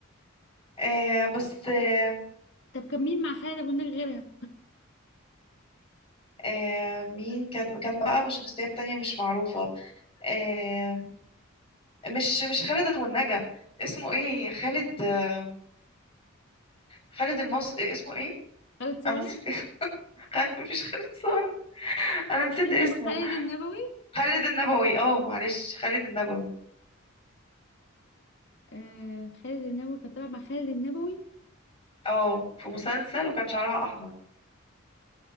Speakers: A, on the left; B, on the left.
A: آه بس آه
B: طب كان مين مع خالد ابو النجا غيرها
A: آه مين كان كان بقى مش شخصيات تانية مش معروفة آه مش مش خالد أبو النجا اسمه ايه خالد آه، خالد المص إيه اسمه ايه
B: خالد صالح
A: انا نسيت <laughs> اسمه مش خالد صالح انا نسيت
B: خالد النبوي
A: اسمه
B: خالد النبوي
A: خالد النبوي اه معلش خالد النبوي
B: آه خالد النبوي كان طالع مع خالد النبوي
A: اه في مسلسل وكان شعرها احمر